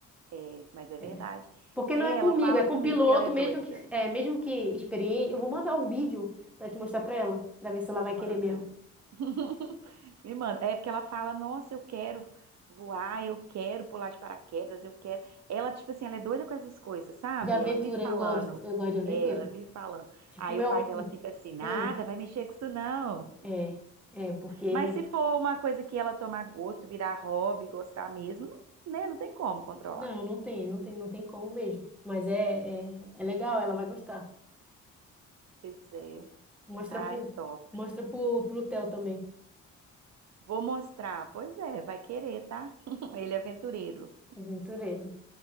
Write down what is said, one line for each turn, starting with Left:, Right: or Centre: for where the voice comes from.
Right: É, mas é verdade.
Centre: É. Porque
Right: É,
Centre: não é comigo,
Right: ela fala
Centre: é com
Right: comigo
Centre: o piloto,
Right: que ela é
Centre: mesmo
Right: doida.
Centre: que, é, mesmo que experiente. Eu vou mandar o vídeo pra te mostrar pra ela, pra ver se ela
Right: Me
Centre: vai
Right: manda.
Centre: querer mesmo.
Right: <laughs> Me manda. É porque ela fala, nossa, eu quero voar, eu quero pular de paraquedas, eu quero. Ela, tipo assim, ela é doida com essas coisas, sabe?
Centre: De aventura,
Right: Ela vive falando.
Centre: eu gosto. Eu gosto de aventura.
Right: É, ela vive falando.
Centre: Tipo,
Right: Aí
Centre: meu.
Right: o pai dela fica assim, nada,
Centre: Hum.
Right: vai mexer com isso não.
Centre: É, é, porque.
Right: Mas se for uma coisa que ela tomar gosto, virar hobby, gostar mesmo, não, né? Não tem como controlar.
Centre: Não, não tem, não tem, não tem como mesmo. Mas é, é, é legal, ela vai gostar.
Right: Pois é.
Centre: Mostra
Right: Ai,
Centre: pro,
Right: top.
Centre: mostra pro, pro Theo também,
Right: Vou mostrar. Pois é, vai querer, tá? <laughs> Ele é aventureiro.
Centre: aventureiro.